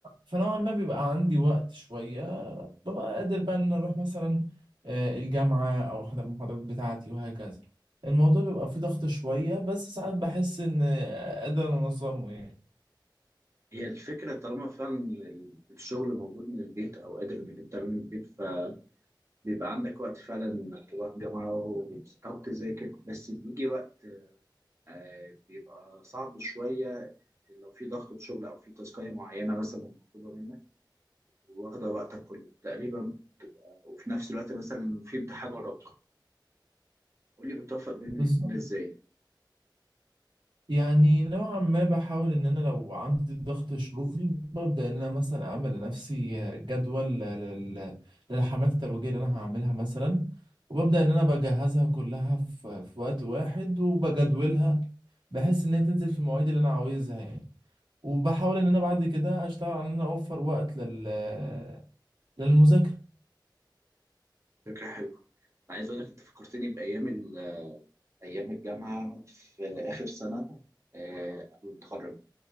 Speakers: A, on the right (about 75°); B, on the right (about 35°).
A: فنوعا ما بيبقى عندي وقت شوية ببقى قادر بقى ان اروح مثلا آه، الجامعة او احضر المحاضرات بتاعتي وهكذا الموضوع بيبقى فيه ضغط شوية بس ساعات بحس ان آه، قادر انظمه يعني
B: هي الفكرة طالما فعلا ال- الشغل موجود من البيت او قادر انك انت تعمله من البيت فبيبقى عندك وقت فعلا انك تروح جامعة وت- او تذاكر بس بيجي وقت آه، بيبقى صعب شوية لو في ضغط شغل او في تاسكية معينة مثلا مطلوبة منك واخدة وقتك كله تقريبا بتبقى وفي نفس الوقت مثلا في امتحان وراك قول لي بتوفق بين
A: بالظبط
B: الاتنين ازاي
A: يعني نوعا ما بحاول ان انا لو عندي ضغط شغل ببدأ ان انا مثلا اعمل لنفسي جدول لل- للحملات الترويجية اللي انا هعملها مثلا وببدأ ان انا بجهزها كلها في في وقت واحد وبجدولها بحيث ان هي تنزل في المواعيد اللي انا عاوزها يعني وبحاول ان انا بعد كده اشتغل على ان انا اوفر وقت لل للمذاكره
B: فكرة حلوة انا عايز اقول لك انت فكرتني بايام ال- ايام الجامعة في اخر سنة آه، قبل ما اتخرج